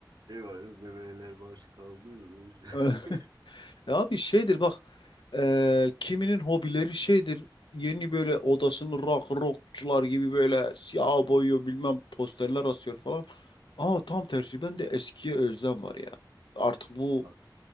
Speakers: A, on the right (about 60°); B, on the left (about 80°).
A: Şey var ya, bebeler baş kaldırmış. <laughs>
B: <laughs> Ya abi şeydir bak eee, kiminin hobileri şeydir yeni böyle odasını rock rockçular gibi böyle siyah boyuyor bilmem posterler asıyor falan. Ama tam tersi bende eskiye özlem var ya. Artık bu
A: Abi,